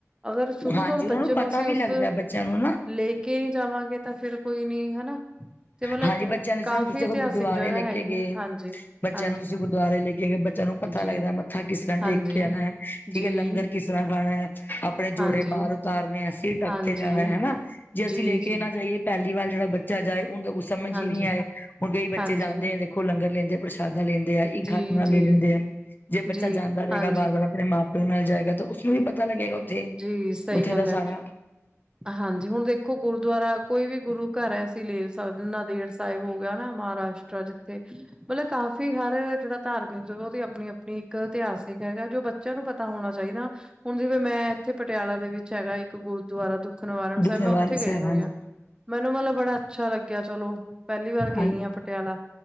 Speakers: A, on the right; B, on the left.
A: ਅਗਰ ਸ਼ੁਰੂ
B: ਹਾਂਜੀ
A: ਤੋਂ
B: ਉਹਨਾਂ
A: ਬੱਚੇ
B: ਪਤਾ
A: ਨੂੰ ਅਸੀਂ ਉਸ
B: ਵੀ ਲੱਗਦਾ ਬੱਚਿਆਂ ਨੂੰ ਨਾ
A: ਲੈ ਕੇ ਨੀ ਜਾਵਾਂਗੇ ਤਾਂ ਫੇਰ ਕੋਈ ਨੀ ਹਨਾ ਤੇ ਮਤਲਬ
B: ਹਾਂਜੀ, ਬੱਚਿਆਂ ਨੂੰ ਸੁ
A: ਕਾਫ਼ੀ
B: ਤੁਸੀਂ
A: ਇਤਿਹਾਸਿਕ
B: ਗੁਰਦੁਆਰੇ
A: ਜਗ੍ਹਾ
B: ਲੈ ਕੇ
A: ਹੈਗੀਆਂ
B: ਗਏ,
A: ਹਾਂਜੀ
B: ਬੱਚਿਆਂ
A: ਹਾਂਜੀ
B: ਨੂੰ ਤੁਸੀਂ ਗੁਰਦੁਆਰੇ ਲੈ ਕੇ ਬੱਚਿਆਂ ਨੂੰ ਪਤਾ
A: ਜੀ
B: ਲੱਗਦਾ ਹੈ ਮੱਥਾ ਕਿਸ ਤਰ੍ਹਾਂ
A: ਹਾਂਜੀ
B: ਟੇਕ ਕੇ ਆਣਾ ਏ, ਠੀਕ
A: ਜੀ
B: ਐ, ਲੰਗਰ ਕਿਸ ਤਰ੍ਹਾਂ ਖਾਣਾ ਏ। ਆਪਣੇ
A: ਹਾਂਜੀ
B: ਜੋੜੇ ਬਾਹਰ ਉਤਾਰਨੇ ਆ, ਅਸੀਂ ਸਿਰ ਢੱਕ
A: ਹਾਂਜੀ
B: ਕੇ ਜਾਣਾ। ਜੇ ਅਸੀਂ
A: ਜੀ
B: ਲੈ
A: ਜੀ
B: ਕੇ ਨਾ ਜਾਈਏ ਤੇ ਪਹਿਲੀ ਵਾਰ ਜਿਹੜਾ ਬੱਚਾ ਜਾਏ ਹੁਣ ਤਾਂ ਕੁਛ ਸਮਝ
A: ਹਾਂਜੀ
B: ਹੀ ਨਈ ਆਏ ਹੁਣ ਕਈ ਬੱਚੇ
A: ਹਾਂਜੀ
B: ਜਾਂਦੇ ਉਹ ਲੰਗਰ ਲੈਂਦੇ, ਪ੍ਰਸ਼ਾਦਾ ਲੈਂਦੇ ਇੱਕ
A: ਜੀ
B: ਹੱਥ ਨਾਲ
A: ਜੀ
B: ਲੈ ਲੈਂਦੇ ਆ ਜੇ ਬੱਚਾ
A: ਜੀ
B: ਜਾਂਦਾ ਰਹੇਗਾ
A: ਹਾਂਜੀ
B: ਬਾਰ -ਵਾਰ ਆਪਣੇ ਨਾਲ ਜਾਏਗਾ ਤਾਂ ਉਸਨੂੰ ਵੀ ਪਤਾ ਲੱਗੇਗਾ ਉੱਥੇ
A: ਜੀ ਸਹੀ
B: ਉੱਥੇ
A: ਗੱਲ
B: ਦਾ
A: ਐ।
B: ਸਾਰਾ
A: ਹਾਂਜੀ ਹੁਣ ਦੇਖੋ ਗੁਰੂਦੁਆਰਾ ਕੋਈ ਵੀ ਗੁਰੂ ਘਰ ਹੈ ਅਸੀਂ ਲੈ ਸਕਦੇ ਨਾਂਦੇੜ ਸਾਹਿਬ ਹੋ ਗਿਆ ਨਾ ਮਹਾਰਾਸ਼ਟਰ ਜਿੱਥੇ ਮਤਲਬ ਕਾਫ਼ੀ ਹਰ ਜਿਹੜਾ ਧਾਰਮਿਕ ਉਹਦੀ ਆਪਣੀ ਆਪਣੀ ਇੱਕ ਇਤਿਹਾਸਿਕ ਹੈਗਾ। ਜੋ ਬੱਚਿਆਂ ਨੂੰ ਪਤਾ ਹੋਣਾ ਚਾਹੀਦਾ ਹੁਣ ਜਿਵੇਂ ਮੈਂ ਇੱਥੇ ਪਟਿਆਲਾ ਦੇ ਵਿੱਚ ਹੈਗਾ, ਇੱਕ ਗੁਰਦੁਆਰਾ ਦੁੱਖ ਨਿਵਾਰਨ ਸਾਹਿਬ
B: ਦੁੱਖ ਨਿਵਾਰਨ
A: ਮੈਂ ਉੱਥੇ ਗਈ
B: ਸਾਹਿਬ
A: ਹੋਈ
B: ਹਾਂਜੀ
A: ਹਾਂ ਮੈਨੂੰ ਮਤਲਬ ਬੜਾ ਅੱਛਾ ਲੱਗਿਆ ਚਲੋ ਪਹਿਲੀ ਵਾਰ ਗਈ
B: ਹਾਂ
A: ਆ ਪਟਿਆਲਾ